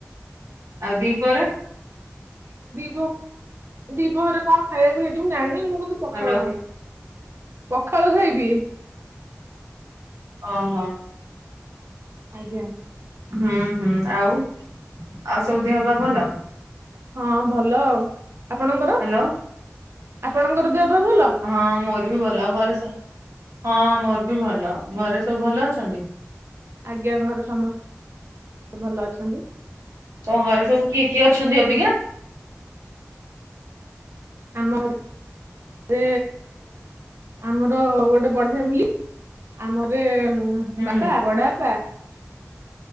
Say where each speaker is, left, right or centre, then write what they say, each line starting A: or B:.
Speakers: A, on the right; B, on the right.
A: ଆଉ ଦିପରେ?
B: ଦୀପ ଦୀପରେ କଣ ଖାଇବାକୁ ହେଇଛି ମୁ ଜାଣିନି, ମୁଁ କିନ୍ତୁ ପଖାଳ
A: ହ୍ୟାଲୋ
B: ଖାଇବି, ପଖାଳ ଖାଇବି।
A: ଓହୋ।
B: ଆଜ୍ଞା।
A: ହୁଁ ହୁଁ, ଆଉ, ଆଉ ସବୁ ଦେହ ପେହ ଭଲ?
B: ହଁ ଭଲ ଆଉ। ଆପଣଙ୍କର?
A: ହାଲୋ।
B: ଆପଣଙ୍କର ଦେହ ପେହ ଭଲ?
A: ହଁ ମୋର ବି ଭଲ, ଆଉ ଘରେ ସ ହଁ ମୋର ବି ଭଲ। ଘରେ ସବୁ ଭଲ ଅଛନ୍ତି?
B: ଆଜ୍ଞା, ଘରେ ସମସ୍ତେ ଭଲ ଅଛନ୍ତି।
A: ତମ ଘରେ ସବୁ କିଏ କିଏ ଅଛନ୍ତି ଅବିକା?
B: ଆମ ଘରେ ସେ ଆମର ଗୋଟେ ବଡ଼ ଫ୍ୟାମିଲି, ଆମର
A: ହୁଁ
B: ବାପା, ବଡ ବାପା,